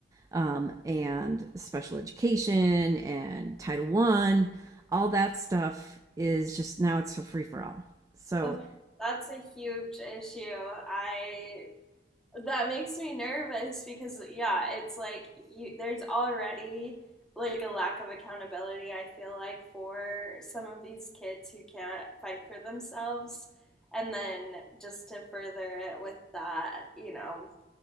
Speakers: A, on the right (about 20°); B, in the centre.
A: um, and special education and Title One, all that stuff is just now it's for free for all. So,
B: Ugh, that's a huge issue. I that makes me nervous because yeah, it's like you, there's already like a lack of accountability I feel like for some of these kids who can't fight for themselves and then just to further it with that, you know,